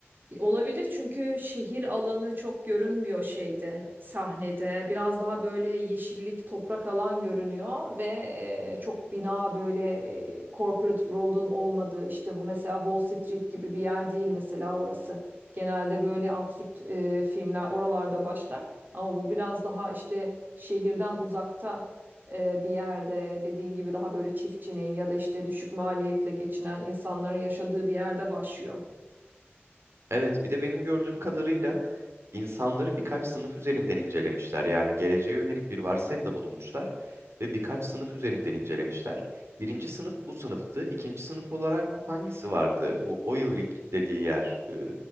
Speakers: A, on the right; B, on the right.
A: E, Olabilir çünkü şehir alanı çok görünmüyor şeyde, sahnede. Biraz daha böyle yeşillik, toprak alan görünüyor ve e, çok bina böyle e, corporate world'un olmadığı işte bu mesela Wall Street gibi bir yer değil mesela orası. Genelde böyle absürt e, filmler oralarda başlar ama bu biraz daha işte şehirden uzakta e, bir yerde dediğin gibi daha böyle çiftçinin ya da işte düşük maliyetle geçinen insanların yaşadığı bir yerde başlıyor.
B: Evet, bir de benim gördüğüm kadarıyla İnsanları birkaç sınıf üzerinden incelemişler. Yani geleceğe yönelik bir varsayımda bulunmuşlar ve birkaç sınıf üzerinden incelemişler. Birinci sınıf bu sınıftı. İkinci sınıf olarak hangisi vardı? Bu oil rig dediği yer, e,